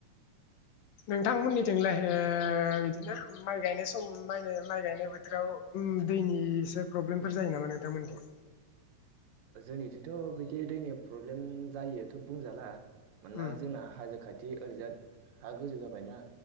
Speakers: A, on the left; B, on the right.
A: नोंथांमोननिथिंलाय ओ बिदिनो माइ गायनाय सम मा होनो माइ गायनाय बोथोराव ओम दैनि एसे प्रब्लेमफोर जायो नामा नोंथांमोननिथिं।
B: ओ जोंनिथिंथ' बिदि दैनि प्रब्लेम जायोथ' बुंजाला मानोना
A: उम
B: जोंना हाजो खा थि ओरैजा हा गोजौ जाबायना